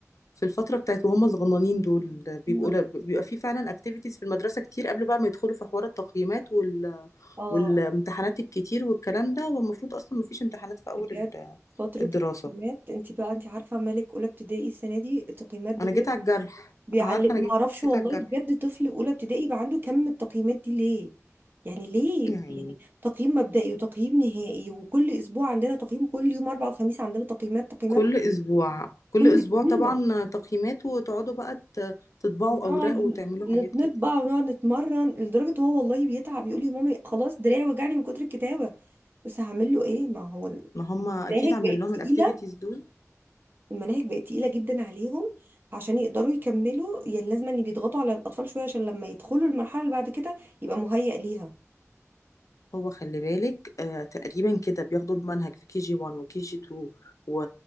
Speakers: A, on the left; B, on the right.
A: في الفتره بتاعت وهم صغننين دول
B: مم.
A: بيبقوا ل- بيبقى في فعلا اكتيفيتيز في المدرسه كتير قبل بقى ما يدخلوا في حوار التقييمات وال
B: اه
A: والامتحانات الكتير والكلام ده والمفروض اصلا ما فيش امتحانات في اول
B: بجد
A: ال-
B: فتره
A: الدراسه
B: التقييمات انت بقى انت عارفه مالك اولى ابتدائي السنه دي التقييمات بجد
A: انا جيت على الجرح
B: بيعلق
A: انا عارفه انا
B: ما
A: جيت
B: اعرفش والله
A: على الجرح
B: بجد طفل اولى ابتدائي يبقى عنده كم من التقييمات دي ليه يعني ليه
A: يعني
B: يعني تقييم مبدئي وتقييم نهائي وكل اسبوع عندنا تقييم كل يوم اربع وخميس عندنا تقييمات تقييمات
A: كل اسبوع كل
B: كل
A: اسبوع
B: اسبوع
A: طبعا تقييمات وتقعدوا بقى ت- تطبعوا
B: ونقعد
A: اوراق وتعملوا
B: نت-
A: حاجات
B: نطبع
A: كده
B: ونقعد نتمرن لدرجه هو والله بيتعب يقول لي يا مامي خلاص دراعي وجعني من كتر الكتابه بس هعمل له ايه ما هو المناهج
A: ما هم اكيد عاملين
B: بقت
A: لهم
B: تقيله
A: الاكتيفيتيز دول
B: المناهج بقت تقيله جدا عليهم عشان يقدروا يكملوا يعني لازم ان بيضغطوا على الاطفال شويه عشان لما يدخلوا المرحله اللي بعد كده يبقى مهيأ ليها
A: هو خلي بالك آه تقريبا كده بياخدوا المنهج في كي جي 1 وكي جي 2 و-